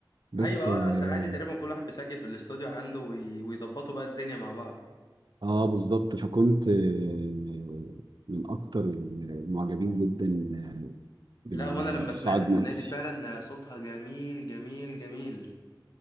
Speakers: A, on the right; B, on the left.
A: بس
B: ايوه
A: اه
B: اه ساعات تقريبا كل واحد بيسجل في الاستوديو عنده وي- ويظبطوا بقى الدنيا مع بعض
A: آه، بالظبط فكنت آه، من اكتر المعجبين جدا آه، بال-
B: لا وانا لما
A: بسعاد
B: سمعت الاغنيه
A: مقسي
B: دي فعلا صوتها جميل جميل جميل